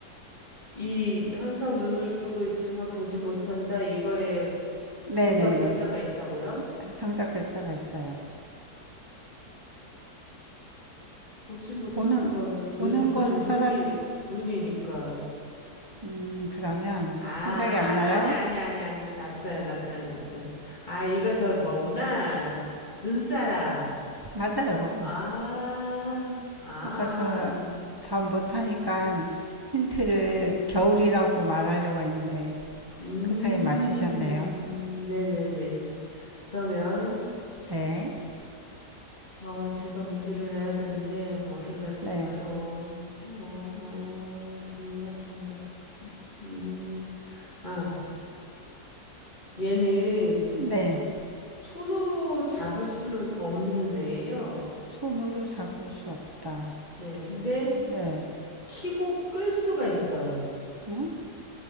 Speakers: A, on the left; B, on the right.
A: 이 항상 눈을 뜨고 있지만 보지 못한다. 이거에
B: 네네네
A: 정답 글자가 있다고요?
B: 정답 글자가 있어요.
A: 보지 못하는
B: 보는
A: 건 눈,
B: 보는
A: 눈,
B: 건 사람인
A: 눈이, 눈이니까.
B: 음 그러면
A: 아,
B: 생각이
A: 아,
B: 안 나요?
A: 아니야, 아니야, 아니야, 아니야. 났어요, 났어요, 났어요. 아, 이거 저 뭐구나. 눈사람.
B: 맞아요.
A: 아, 아. 아.
B: 아빠 저 답 못하니까 힌트를 겨울이라고 말하려고 했는데
A: 음,
B: 그 사이 맞추셨네요.
A: 네네네. 그러면.
B: 네,
A: 아, 제가 문제를 내야 되는데, 뭐를 내볼까요?
B: 네,
A: 어, 어, 정답, 정답. 음, 아, 얘는
B: 네.
A: 손으로 잡을 수는 없는 애예요.
B: 손으로 잡을 수 없다.
A: 네, 근데
B: 네.
A: 키고 끌 수가 있어요.
B: 응?